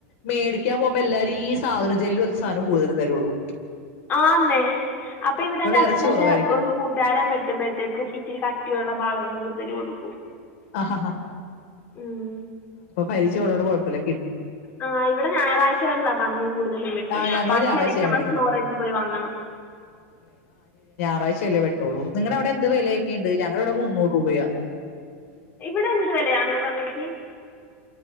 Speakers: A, on the left (about 65°); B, on the left (about 25°).
A: മേടിക്ക പോവമ്പ എല്ലാരീ ഈ സാധനം ജെല്ല് പോലത്ത സാനം കടുതലും തരൂള്ളൂ
B: ആന്നെ അപ്പൊ ഇവിടെന്റെ അച്ഛന്റെ
A: ഇറച്ചി കുറവായിരിക്കും
B: ഒരു കൂട്ടുകാരൻ വെക്കുമ്പോഴേക്കും ഇച്ചിരി കട്ടി ഉള്ള <inaudible> കൂടുതല് കൊടു
A: ആഹാ
B: ഉം.
A: പരിജയം ഉള്ളോണ്ട് കൊഴപ്പില്ല
B: ആ ഇവിട ഞായറാഴച്ച ആണല്ല പന്നി കുടുതലും വെട്ടുന്ന
A: ആ ഞങ്ങൾ
B: ബാക്കി
A: ഞായറാഴ്ചയാണ്
B: അല്ലങ്കി നമ്മൾ
A: മേടിക്കണേ
B: സ്റ്റോറേജി പോയി വാങ്ങണം
A: ച്ച അല്ലെ വെട്ടൂള്ളു നിങ്ങട അവിടെ എന്ത് വേല ഒക്കെ ഇണ്ട് ഞങ്ങട ഇവിട മുന്നൂർ റൂപയാ
B: ഇവിട എന്ത് വിലയാന്ന് പന്നിക്ക്